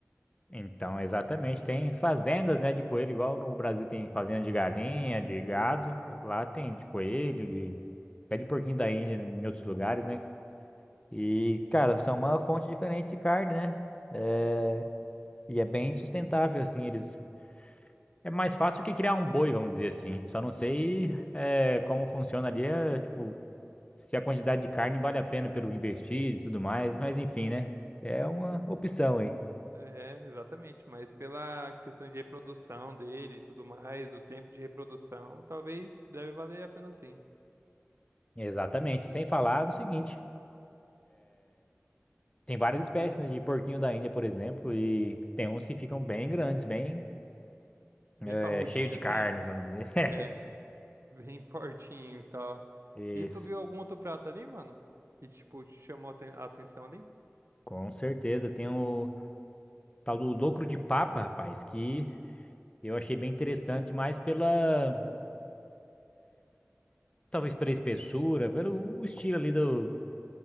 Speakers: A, on the left; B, on the right.
A: Então, exatamente, tem fazendas, né, de coelho, igual no Brasil tem fazenda de galinha, de gado, lá tem de coelho, de até de porquinho da Índia em outros lugares, né? E, cara, são uma fonte diferente de carne, né? eh, E é bem sustentável, assim, eles É mais fácil que criar um boi, vamos dizer assim. Só não sei é, como funciona ali, é, tipo, se a quantidade de carne vale a pena pelo investir e tudo mais, mas enfim, né? É uma opção aí.
B: É, exatamente. Mas pela questão de reprodução dele e tudo mais, o tempo de reprodução, talvez deve valer a pena sim.
A: Exatamente. Sem falar no seguinte, tem várias espécies, né, de porquinho da Índia, por exemplo, e tem uns que ficam bem grandes, bem
B: Bem
A: é,
B: parrudinho
A: cheio de
B: assim?
A: carnes, vamos dizer. <laughs>
B: É, bem <laughs> fortinho e tal.
A: Isso,
B: E tu viu algum outro prato ali, mano? Que, tipo, te chamou a aten- a atenção ali?
A: com certeza. Tem o tal do locro de papa, rapaz, que eu achei bem interessante, mas pela, Talvez pela espessura, pelo o estilo ali do,